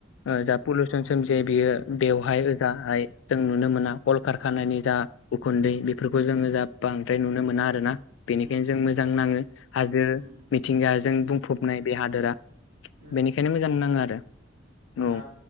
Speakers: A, on the left (about 70°); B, on the right (about 60°).
A: ओ जा पलुसोन
B: औ
A: सोमजे बेयो बेवहाय ओजाहाय जों नुनो मोना। कलकारखानानि जा उखुन्दै बेफोरखौ जोंङो जा बांद्राय नुनो मोना आरो ना। बेनिखायनो
B: उम
A: जों मोजां नाङो हाजो
B: उम
A: याजों बुंफबनाय बे हादोरा।
B: औ
A: बेनिखायनो मोजां नाङो आरो। औ
B: ओ